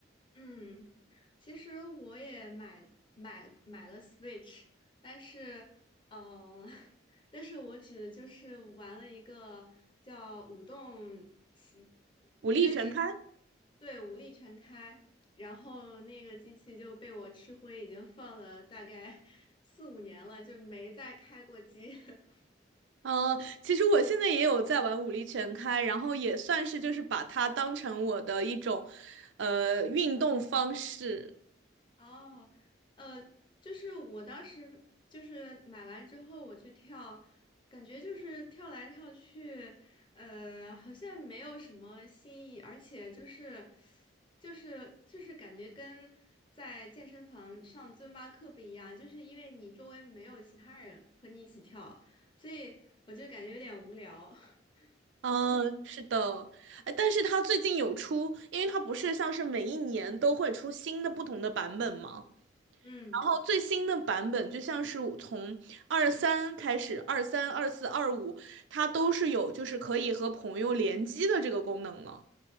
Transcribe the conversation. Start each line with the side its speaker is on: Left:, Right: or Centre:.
Left: 嗯，其实我也买买买了 Switch，但是，嗯、<laughs> 但是我只就是玩了一个叫《舞动奇》，应该是
Right: 武力全开。
Left: 对武力全开，然后那个机器就被我吃灰，已经放了大概 <laughs> 四五年了，就没再开过机。<laughs>
Right: 嗯，其实我现在也有在玩武力全开，然后也算是就是把它当成我的一种，呃，运动方式。
Left: 哦，呃，就是我当时就是买完之后我去跳，感觉就是跳来跳去，呃，好像没有什么新意，而且就是就是就是感觉跟在健身房上尊巴课不一样，就是因为你周围没有其他人和你一起跳，所以我就感觉有点无聊。<laughs>
Right: 嗯，是的，哎，但是它最近有出，因为它不是像是每一年都会出新的不同的版本吗？
Left: 嗯。
Right: 然后最新的版本就像是从二三开始，二三、二四、二五，它都是有就是可以和朋友联机的这个功能了。